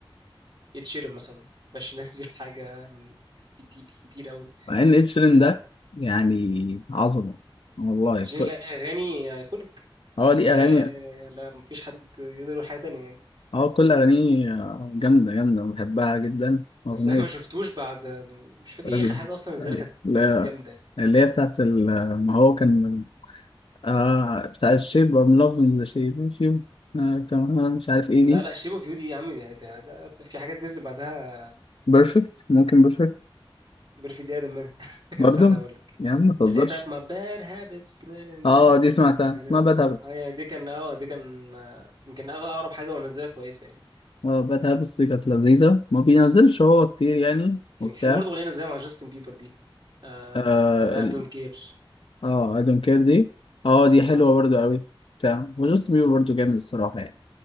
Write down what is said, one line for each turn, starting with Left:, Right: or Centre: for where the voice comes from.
Right: اتشيرم مثلا باش ينزل <laughs> حاجة من كتير كتير قوي
Left: مع ان اتشيرين ده يعني عظمة والله
Right: اتشيرم
Left: ك-
Right: لا اغاني ايكونيك
Left: هو ليه
Right: لا
Left: اغاني
Right: لا مفيش حد يقدر يقول حاجة تانية يعني
Left: اه كل اغانيه آه، جامدة جامدة بحبها جدا
Right: بس
Left: اغنية
Right: احنا ما شفتوش بعد مش فاكر
Left: ال-
Right: ايه اخر حاجه اصلا نزلها كانت كانت
Left: ال-
Right: جامده يعني
Left: اللي هي بتاعت ال- ما هو كان آه بتاع الشيب ام لافينج ذا شيب فيو آه كمان مش عارف ايه
Right: لا
Left: دي
Right: لا شيب اوف يو دي يا عم دي دي- ده في حاجات نزل بعدها
Left: بيرفكت ممكن بيرفكت
Right: بيرفكت دي اقدم منها <laughs>
Left: برضو
Right: استنى اقول لك
Left: يا عم ما تهزرش
Right: اللي هي بتاعت ما باد هابتس اه
Left: اه دي سمعتها اسمها
Right: يعني
Left: باد هابتس
Right: دي كان اه دي كان آه، يمكن أغ- اقرب حاجه ونزلها كويسه يعني
Left: اه باد هابتس دي كانت لذيذة ما بينزلش هو كتير يعني
Right: كان
Left: وبتاع
Right: في برضه اغنيه نزلها مع جاستن بيبر دي آه
Left: اه
Right: بتاعت
Left: ال...
Right: I don't care
Left: اه اي دونت كير دي اه دي
Right: اه
Left: حلوة برضو قوي بتاع وجاست بيبر برضو جامد الصراحة يعني